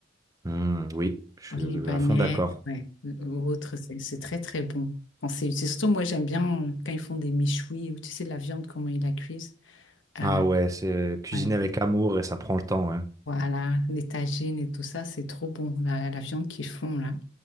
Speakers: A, on the right (about 20°); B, on the left (about 80°).
A: Hmm, oui, je suis
B: Libanais,
A: à fond d'accord.
B: ouais, ou autre, c'est c'est très, très bon. Quand c'est- c'est surtout, moi, j'aime bien euh, quand ils font des méchouis, ou tu sais, la viande, comment ils la cuisent. Euh,
A: Ah ouais, c'est cuisiner
B: ouais,
A: avec amour et ça prend le temps, ouais.
B: voilà, les tagines et tout ça, c'est trop bon, la, la viande qu'ils font là.